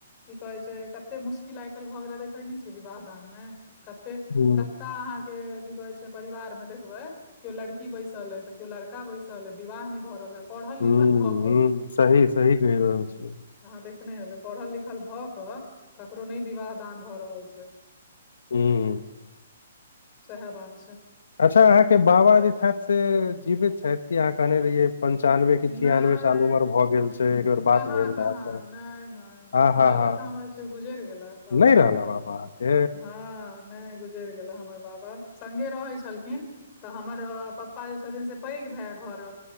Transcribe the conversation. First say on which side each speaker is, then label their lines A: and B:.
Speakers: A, on the left; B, on the left.
A: की कहै छै कते मुश्किल आय काल भऽ गेलै देखै ने छिये विवाह दान मे कते
B: हूँ
A: कत्ता अहाँके की कहै छै परिवार मे देखबै केओ लड़की बैसल अइ तऽ केओ लड़का बैसल अइ तऽ विवाह ने भऽ रहल हेतऽ पढ़ल
B: हूँ
A: लिखल भऽ
B: हूँ
A: कऽ।
B: सही सही केह रहल
A: हूँ,
B: छियै
A: अहाँ देखने हेबे पढ़ल लिखल भऽ क ककरो ने विवाह ' दान भऽ रहल छै
B: हूँ
A: सेहा बात
B: अच्छा अहाँके बाबा जे छैथ जीवैत छैथ कि अहाँ कहने रहियै पंचानबे की छियानबे
A: नहि
B: साल उमर भए गेल छै एक बेर
A: कहाँ
B: बात भेल
A: कहाँ
B: रहे तऽ
A: न न
B: आ हा
A: बाबा
B: हा हा।
A: तऽ हमर छै गुजर गेला बाबा
B: नहि रहल
A: गुजैर
B: बाबा
A: गेला।
B: अहाँके
A: हांँ ने गुजर गुजेर गेल हमर बाबा संगे रहै छलखिन तऽ हमर पप्पा जे छथिन से पैग भाय घरक